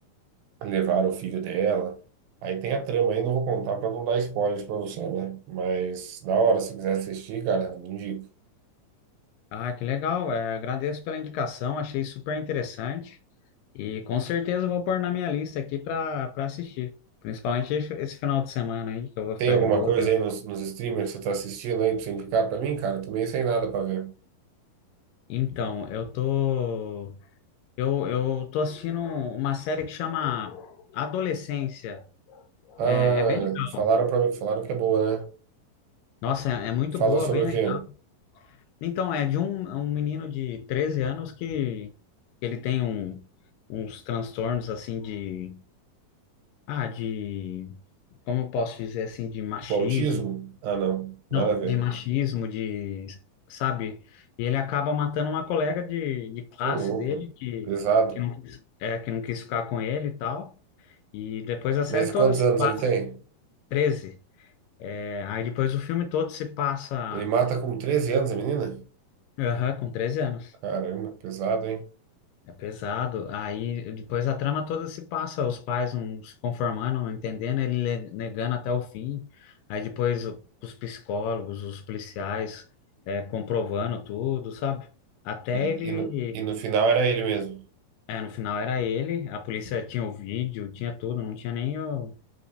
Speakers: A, on the right; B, on the left.
A: levaram o filho dela? Aí tem a trama aí, não vou contar pra não dar spoilers pra você, né? Mas da hora, se quiser assistir, cara, eu indico.
B: Ah, que legal, é, agradeço pela indicação, achei super interessante. E com certeza eu vou pôr na minha lista aqui para para assistir. Principalmente esse esse final de semana aí, que eu vou ficar
A: Tem alguma
B: de boa.
A: coisa
B: tran-
A: aí nos, nos streamers que você tá assistindo aí pra você indicar pra mim, cara? Tô meio sem nada pra ver.
B: Então, eu tô. Eu, eu tô assistindo uma série que chama Adolescência.
A: Ah,
B: É, é bem legal.
A: falaram pra mim, falaram que é boa, né?
B: Nossa, é é muito
A: Fala
B: boa,
A: sobre
B: bem
A: o
B: legal.
A: quê?
B: Então, é de um, um menino de 13 anos que ele tem um, uns transtornos assim de. Ah, de. Como eu posso dizer assim, de machismo
A: O autismo? Ah, não, nada
B: Não,
A: a ver.
B: de machismo, de, sabe? E ele acaba matando uma colega de, de classe
A: Ô, louco,
B: dele que,
A: pesado.
B: que não quis, é, que não quis ficar com ele e tal. E depois a série
A: Mas
B: toda
A: quantos
B: se
A: anos
B: passa
A: ele tem?
B: treze. É, aí depois o filme todo se passa
A: Ele mata com 13 anos a menina?
B: aham, com 13 anos.
A: Caramba, pesado, hein?
B: É pesado. Aí depois a trama toda se passa, os pais não se conformando, não entendendo, ele le- negando até o fim. Aí depois o- os psicólogos, os policiais, é, comprovando tudo, sabe? Até
A: E,
B: ele
A: e, no, e no final era ele mesmo.
B: É, no final era ele, a polícia tinha o vídeo, tinha tudo, não tinha nem o...